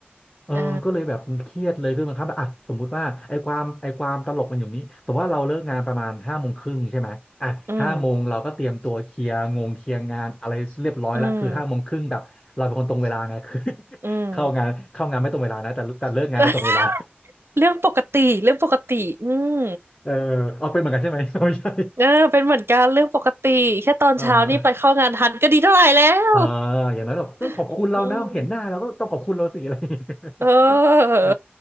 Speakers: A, on the left; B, on the right.
A: เออก็เลยแบบเครียดเลยคือมันครับอ่ะสมมุติว่าไอ้ความไอ้ความตลกมันอยู่นี้สมมติว่าเราเลิกงานประมาณห้าโมงครึ่งใช่ไหมอ่ะห้าโมงเราก็เตรียมตัวเคลียร์งงเคลียร์งานอะไรเรียบร้อยละคือห้าโมงครึ่งแบบเราเป็นคนตรงเวลาไง
B: อ่าอืมอืม
A: <laughs> คือ <laughs>
B: อืม
A: เข้างานเข้างานไม่ตรงเวลานะแต่แต่เลิกงานเราตรงเวลา
B: <laughs> เรื่องปกติเรื่องปกติอืม
A: <laughs> เออเอาเป็นเหมือนกันใช่ไหมไม่ใช่
B: เออเป็นเหมือนกันเรื่องปกติแค่ตอนเช้านี่ไปเข้างานทันก็ดีเท่าไหร่แล้ว
A: <laughs> เออ เอออย่างนั้นแบบต้องขอบคุณเรานะเห็นหน้าเราก็ต้องขอบคุณเราสิอะไรอย่างเงี้ย
B: <laughs> อืมเออ
A: <laughs> เออ